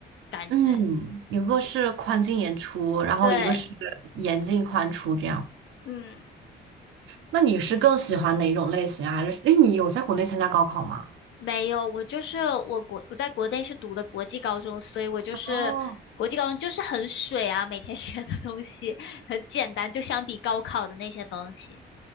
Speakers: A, on the left; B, on the right.
A: 感觉。
B: 嗯，一个是宽进严出，然后一个是严进宽出这样。
A: 对，嗯，
B: 那你是更喜欢哪种类型啊？还是，诶，你有在国内参加高考吗？
A: 没有，我就是我国我在国内是读的国际高中，所以我就是国际高中就是很水啊，
B: 哦，
A: 每天学的东西很简单，就相比高考的那些东西。